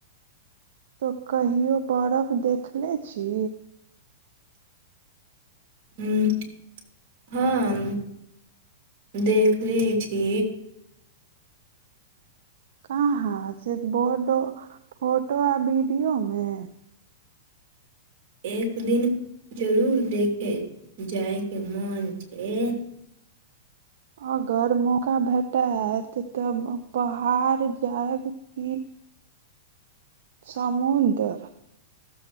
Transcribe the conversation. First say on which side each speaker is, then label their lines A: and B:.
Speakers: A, on the right; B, on the right.
A: तो कहियो बरफ देखनेे छी
B: हम हाँ, देखले छी
A: कहाँ सिर्फ बोर्डो फोटो आ वीडियोमे
B: एक दिन जरूर देखे जायके मोन छै
A: अगर मौका भेटाआत तऽ पहाड़ जायब की समुद्र